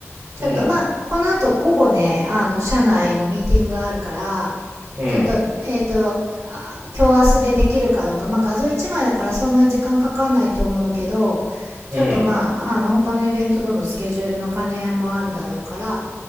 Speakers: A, on the right; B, on the right.
A: ちょっとまあ、
B: うん。
A: この後午後ね、あの、社内のミーティングがあるから、
B: うん。うん。
A: ちょっと、えっ、と、今日明日でできるかどうか、まあ画像1枚だからそんなに時間かかんないと思うけど、ちょっとまあ、
B: うん
A: あの、他のイベントとのスケジュールの兼ね合いもあるだろうから、